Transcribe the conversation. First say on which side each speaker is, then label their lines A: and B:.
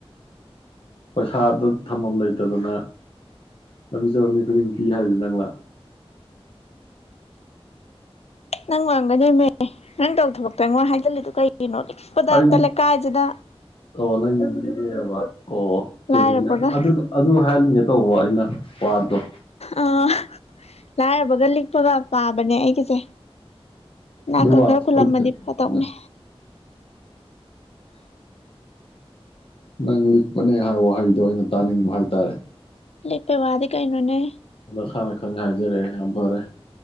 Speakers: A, on the left (about 60°); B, on the left (about 85°).
A: ꯄꯩꯁꯥꯗꯣ ꯊꯝꯐꯝ ꯂꯩꯇꯗꯅ ꯂꯝꯕꯤ ꯆꯠꯄ ꯃꯤ ꯈꯨꯗꯤꯡ ꯄꯤ ꯍꯥꯏꯁꯤ ꯅꯪꯂꯥ
B: ꯅꯪ ꯑꯣꯢꯔꯝꯒꯅꯦꯃꯦ ꯅꯪ ꯇꯧ ꯊꯕꯛꯇꯣ ꯑꯩꯉꯣꯟ ꯍꯥꯏꯖꯤꯟꯂꯤꯗꯣ ꯀꯩꯅꯣ ꯏꯩꯅꯣ ꯏꯗ
A: ꯑꯩꯗꯤ
B: ꯇꯂ ꯀꯥꯖꯅ <unintelligible>
A: ꯑꯣ ꯅꯪꯕ ꯑꯣꯝꯃꯤ
B: ꯂꯥꯏꯔꯕꯒ
A: <unintelligible> ꯑꯗꯨ ꯍꯥꯏꯍꯟꯒꯦ ꯇꯧꯕ ꯑꯩꯅ ꯋꯥꯗꯣ
B: ꯑꯥ ꯂꯥꯏꯔꯕꯒ ꯂꯤꯛꯄꯒ ꯄꯥꯕꯅꯦ ꯑꯩꯒꯤꯁꯦ ꯢꯅꯥꯛꯒ
A: ꯑꯗꯨ ꯋꯥ
B: ꯈꯔ
A: ꯊꯣꯛꯍꯜꯂꯛꯀꯅꯤ
B: ꯈꯨꯂꯝꯃꯗꯤ ꯐꯠꯇꯧꯅꯦ
A: ꯅꯪ ꯂꯤꯛꯄꯅꯦ ꯍꯥꯏꯕ ꯋꯥꯍꯩꯗꯣ ꯑꯩꯅ ꯇꯥꯅꯤꯡꯕ ꯍꯥꯏꯇꯥꯔꯦ
B: ꯂꯤꯛꯇꯕ ꯍꯥꯢꯗꯤ ꯀꯩꯅꯣꯅꯦ
A: ꯅꯁꯥꯅ ꯈꯪ ꯍꯥꯏꯖꯔꯛꯑꯦ ꯌꯥꯝ ꯐꯔꯦ